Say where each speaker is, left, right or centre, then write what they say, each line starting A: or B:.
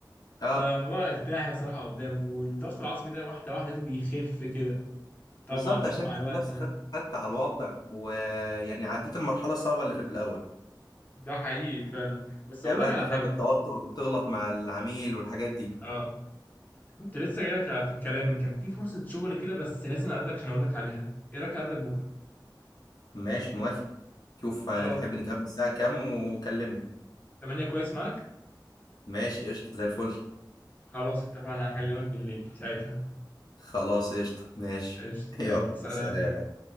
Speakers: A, on the left; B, on the left.
A: اه
B: فالموضوع ارتاح بصراحه قدام والضغط العصبي ده واحده واحده لقيته بيخف كده طبعا
A: بالظبط
B: لو
A: عشان
B: مع
A: انت
B: الوقت
A: خلاص
B: يعني
A: خدت خدت على الوضع ويعني عديت المرحله الصعبه اللي في الاول
B: ده حقيقي فعلا بس
A: لا
B: اقول
A: بقى
B: لك
A: انت
B: على
A: فاهم
B: حاجه
A: التوتر وتغلط مع العميل والحاجات دي
B: أه، كنت لسه جاي لك في الكلام كان في فرصة شغل كده بس لازم أقابلك عشان أقول لك عليها إيه رأيك أقابلك بكرة
A: ماشي موافق شوف هنحب
B: خلاص
A: نتقابل الساعه كام وكلمني
B: 8 كويس معاك
A: ماشي قشطه زي الفل
B: خلاص اتفقنا هكلمك بالليل ساعتها
A: خلاص قشطه ماشي
B: قشطة
A: <laughs> يلا
B: يلا سلام
A: سلام